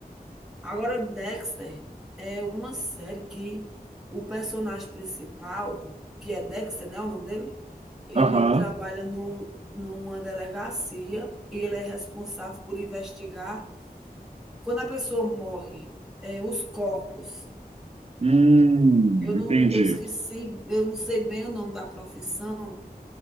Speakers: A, in the centre; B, on the right (about 40°).
A: Agora, Dexter é uma série que o personagem principal, que é Dexter, né, o nome dele, ele
B: Aham.
A: trabalha num, numa delegacia e ele é responsável por investigar quando a pessoa morre, é, os corpos.
B: Hum,
A: Eu não,
B: entendi.
A: eu esqueci, eu não sei bem o nome da profissão,